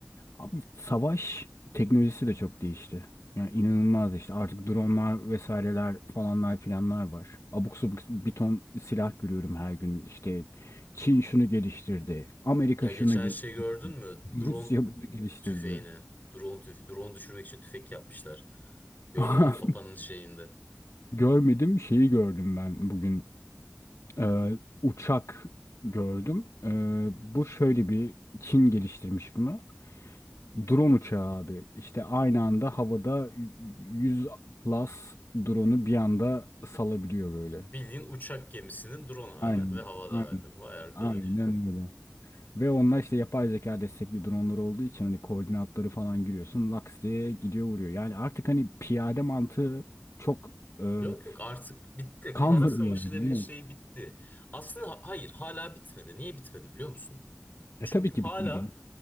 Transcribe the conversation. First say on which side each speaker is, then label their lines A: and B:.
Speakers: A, on the left; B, on the left.
A: Abi savaş teknolojisi de çok değişti. Yani inanılmaz işte artık dronlar vesaireler falanlar filanlar var. Abuk subuk bir ton silah görüyorum her gün. İşte Çin şunu geliştirdi. Amerika
B: ya
A: şunu
B: geçen
A: ge-
B: şey gördün mü?
A: <laughs> Rusya
B: Drone
A: bunu geliştirdi.
B: tüfeğini. Drone tüfe drone düşürmek için tüfek yapmışlar. Gördün
A: <laughs>
B: mü onu Papa'nın şeyinde?
A: Görmedim şeyi gördüm ben bugün. Ee, uçak gördüm. Ee, bu şöyle bir Çin geliştirmiş bunu. Drone uçağı abi. İşte aynı anda havada yüz plus drone'u bir anda salabiliyor böyle.
B: Bildiğin uçak gemisinin drone hali
A: Aynen.
B: ve havada
A: Aynen.
B: hali. Vay arkadaş.
A: Aynen öyle. Ve onlar işte yapay zeka destekli dronlar olduğu için hani koordinatları falan giriyorsun. Laks diye gidiyor vuruyor. Yani artık hani piyade mantığı çok e,
B: Yok yok artık bitti.
A: kalmadı
B: Kara Savaşı
A: yani.
B: denen şey
A: Evet.
B: bitti. Aslında ha- hayır hala bitmedi. Niye bitmedi biliyor musun?
A: E
B: Çünkü
A: tabii ki
B: hala
A: bitmedi.